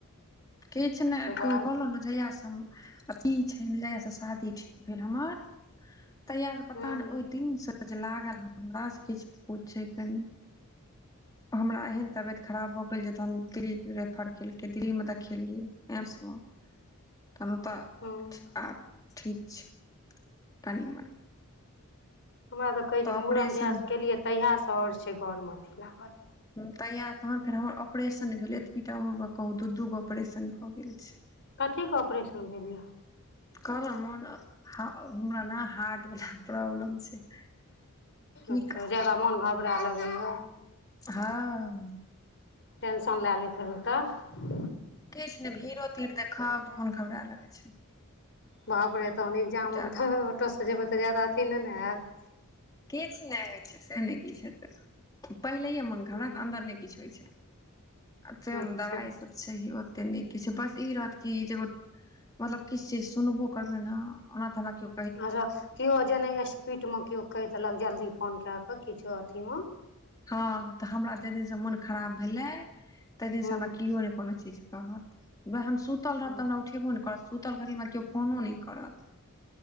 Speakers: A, on the left; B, on the left.
A: किछ ने
B: बाद
A: कोइ कहलौ नऽ जैया से हम की छै ने जहियासँ शादी ठीक भेल हमर, तहियासँ पता
B: हूँ
A: ने ओहि दिनसँ जे लागल हमरा से किछ पूछेके नै, हमरा एहन तबियत खराब भऽ गेल जे तहन दिल्ली रेफर केलकै दिल्लीमे देखेलियै एम्स मऽ तऽ तनहु तऽ
B: हूँ
A: आब ठीक छै कनि-मनि।
B: हमरा तऽ कहै छै मूड़न
A: ऑपरेशन
B: जहिआसँ केलियै, तहियासँ आओर छै घरमे अथी लागल।
A: उ कनिया के तखन फेर हमर ऑपरेशन भेलैये एतबीटा उमर मे कहु दू दूगो ऑपरेशन भ गेल छै।
B: कथीके ऑपरेशन भेल या।
A: कहलहु मोन, हमरा ने हार्ट वला प्रॉब्लम छै। की
B: अच्छा
A: कहब
B: जादा मोन घबड़ाय लगैया।
A: हां।
B: टेंशन लाए लैत हेबै तऽ।
A: किछ ने भीड़ो-तीड़ देखब तऽ मोन घबड़ाय लागै छै।
B: बाप रे तहन इग्जाम
A: ज्यादा
B: मे तऽ ऑटो से जेबै तऽ जादा अथी नै ने हैत।
A: किछ नै होय छै से नै किछ हेतै, पहिलेये मोन घबड़ा
B: हूँ
A: हमरा ते अन्दर नै किछ होय छै। तै
B: अच्छा
A: मे दवाइ सब छैहे ओते नीक। किछ बस ई रहत कि जे ओ मतलब किछ चीज सुनबो करबै ना ओना तऽ हमरा कियो
B: आरो कियो जेना स्पीड मे कियो कैह देलक जल्दी फोन काए कऽ किछो अथि मे
A: हां तऽ हमरा जे दिन से मोन खराब भेलए तै दिन
B: हूँ
A: से हमरा कियो नै कोनो चीज कहत वैह हम सुतल
B: हूँ
A: रहब तऽ हमरा उठेबो नहि करत, सुतल घड़ीमे केओ फोनो नहि करत।